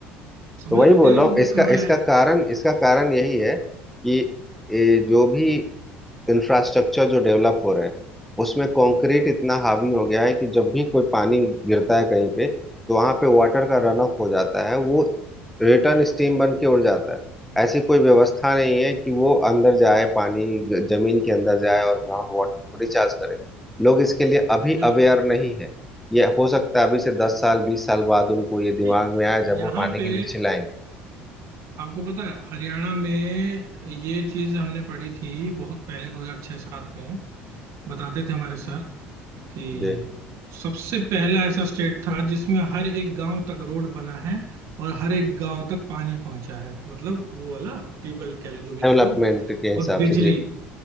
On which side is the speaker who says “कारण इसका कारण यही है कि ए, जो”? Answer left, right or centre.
Centre